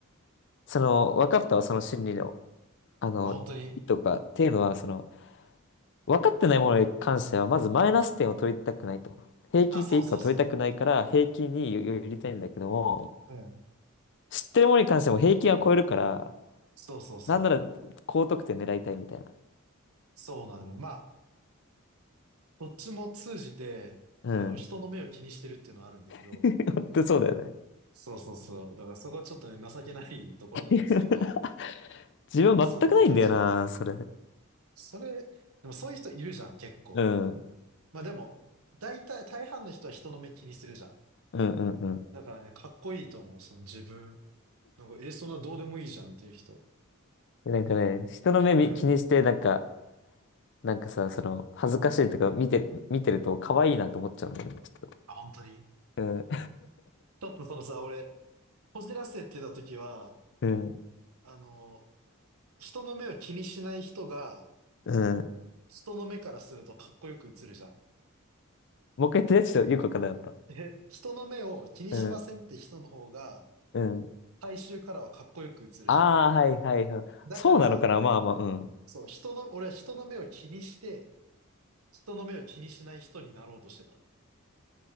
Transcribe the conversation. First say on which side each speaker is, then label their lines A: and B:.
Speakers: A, on the left (about 55°); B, on the right (about 75°).
A: その、分かったわ、その心理の、
B: うん
A: あの、
B: あ、本当に
A: 意図が。っていうのは、その、分かってないものに関しては、まずマイナス点を取りたくないと。平均点以下を取りたくないから、
B: あ、そうそうそ
A: 平均に寄りたいんだけども、
B: う。うん。
A: 知ってるものに関しても平均は超えるから、
B: そうそうそう。
A: なんなら高得点狙いたいみたいな。
B: そうなのよ。まあ、どっちも通じて、
A: うん。
B: あの、人の目を気にしてるっていうのはあるんだけど、
A: <laughs> 本当そうだよね。
B: そうそうそう。だからそこはちょっとね、情けないところなんですけど、
A: <laughs> 自分全くないんだよな、
B: まあそんな感じかな。
A: それ。
B: それ、でもそういう人いるじゃん、結構。
A: うん。うん
B: まあでも、大体、大半の人は人の目気にするじゃん。
A: うんうん。
B: だからね、かっこいいと思う、その自分。なんか、え、そんなどうでもいいじゃんっていう人。
A: でなんかね、人の目み気にして、
B: うん。
A: なんか、なんかさ、その、恥ずかしいとか見て、見てると可愛いなと思っちゃうんだよね、ちょっと。
B: あ、本当に
A: うん。
B: ちょっとそのさ、俺、こじらせてた時は、
A: <laughs> うん。
B: あの、人の目を気にしない人が、
A: うん。
B: 人の目からするとかっこよく映るじゃん。
A: もう一回言ってね、ちょっとよくわかんなかった。
B: え、人の目を気にしませんって人の方が、
A: うん。うん。
B: 大衆からはかっこよく映るじゃん。
A: ああ、はいはいはい。
B: だから、
A: そうなのかなまあまあ、うん。
B: そう、人の、俺は人の目を気にして、人の目を気にしない人になろうとしてた。